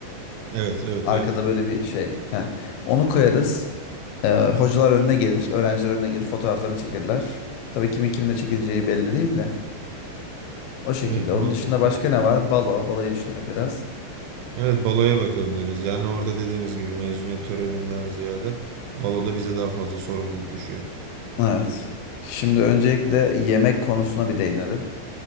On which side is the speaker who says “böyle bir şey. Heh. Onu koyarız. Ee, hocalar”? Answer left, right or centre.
Left